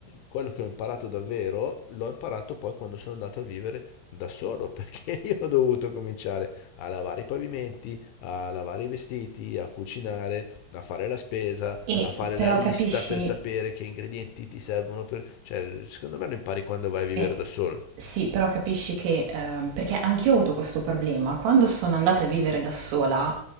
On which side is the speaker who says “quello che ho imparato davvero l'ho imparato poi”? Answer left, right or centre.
Left